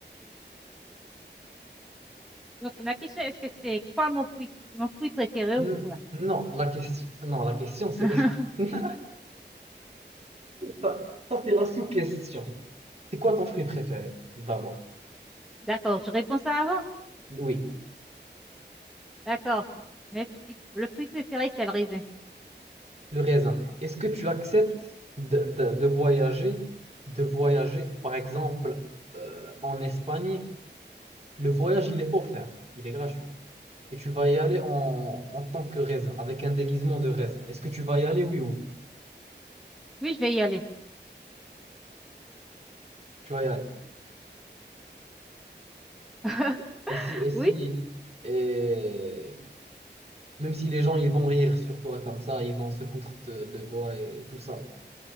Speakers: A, in the centre; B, on the right.
A: Donc la question, est-ce que c'est quoi mon fruit, mon fruit préféré
B: Hmm,
A: ou quoi?
B: non, la question, non, la question c'est...
A: <laughs>
B: <laughs> Ça, ça, c'est la sous-question. C'est quoi ton fruit préféré, d'abord?
A: D'accord, je réponds ça avant.
B: Oui,
A: D'accord. Mais le fruit préféré, c'est le raisin.
B: Le raisin. Est-ce que tu acceptes de, de- de voyager, de voyager, par exemple, euh, en Espagne, le voyage, il est offert, il est gratuit. Et tu vas y aller en, en tant que raisin, avec un déguisement de raisin. Est-ce que tu vas y aller, oui ou non?
A: Oui, je vais y aller.
B: Tu vas y aller.
A: <laughs>
B: Et si, et si,
A: Oui,
B: et même si les gens, ils vont rire sur toi comme ça, ils vont se foutre de, de toi et, tout ça.